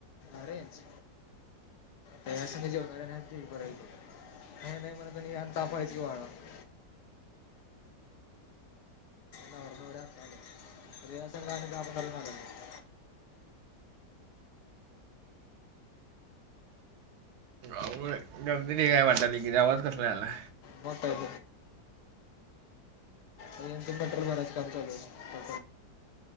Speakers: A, on the left (about 75°); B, on the right (about 70°).
A: अरेच. तास म जेवणाऱ्या नाही जे करायचो हे नाही म्हण तनी यान तापायची वाळा <unintelligible> नवरा नवरी आत्ता आल्यात बघ त्यासंग आणि दहा, पंधरा जण आल्यात.
B: अवघड आहे. गर्दी लय हाय वाटलंयं की रे आवाज कसला आला.
A: मोठा <unintelligible> ह्यांचं मट्रेल भराच काम चालू आहे.